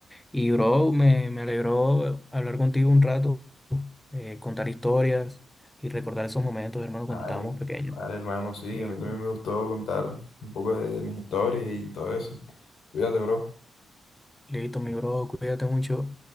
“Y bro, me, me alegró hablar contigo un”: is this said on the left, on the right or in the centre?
Centre